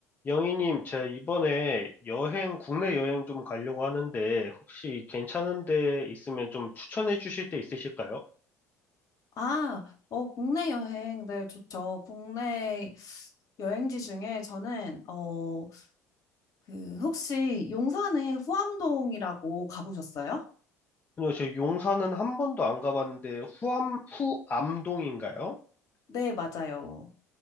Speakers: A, on the left; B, on the left.
A: 영희님, 제 이번에 여행, 국내 여행 좀 가려고 하는데, 혹시 괜찮은 데 있으면 좀 추천해 주실 데 있으실까요?
B: 아, 어, 국내 여행, 네, 좋죠. 국내 여행지 중에 저는, 어, 그, 혹시 용산에 후암동이라고 가보셨어요?
A: 아니요, 제 용산은 한 번도 안 가봤는데, 후암, 후암동인가요?
B: 네, 맞아요.